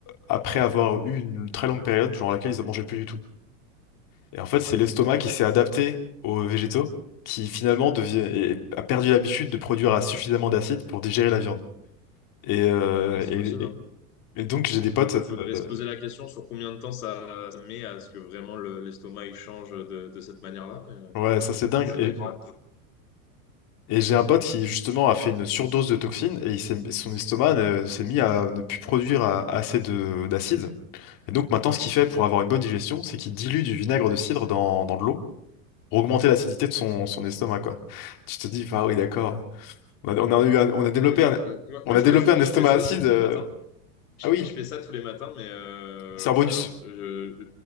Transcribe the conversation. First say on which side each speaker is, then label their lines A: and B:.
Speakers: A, on the left; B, on the left.
A: après avoir eu une très longue période durant laquelle ils n'en mangeaient plus du tout. Et en fait, c'est l'estomac
B: ouais,
A: qui s'est adapté aux végétaux, qui finalement devient, et- a perdu l'habitude de produire à suffisamment d'acide pour digérer la viande. Et, euh,
B: ouais, c'est
A: et,
B: possible.
A: et-
B: hein.
A: et donc, j'ai des potes,
B: Faut- Faudrait
A: euh,
B: se poser la question sur combien de temps ça, ça met à ce que vraiment le- l'estomac il change de, de cette manière-là. Mais, euh,
A: ouais, ça c'est dingue.
B: mais c'est
A: Et,
B: vrai que. Ouais,
A: et j'ai un pote qui justement a fait une surdose de toxines et il s'est- son estomac ne- s'est mis à ne plus produire a- assez de d'acide. Et donc maintenant, ce qu'il
B: Mhm.
A: fait pour avoir une bonne digestion, c'est qu'il dilue du vinaigre de cidre dans, dans de l'eau pour augmenter l'acidité de son,
B: Mm.
A: son estomac, quoi. Tu te dis, ah oui, d'accord. On a, on a eu un- on a développé
B: Ouais, moi,
A: un,
B: je, euh, moi,
A: on
B: moi,
A: a
B: je,
A: développé
B: je-
A: un estomac
B: je fais ça
A: acide.
B: aussi tous
A: euh,
B: les matins. Je,
A: Ah oui,
B: je fais ça tous les matins, mais euh,
A: c'est un bonus.
B: alors, je,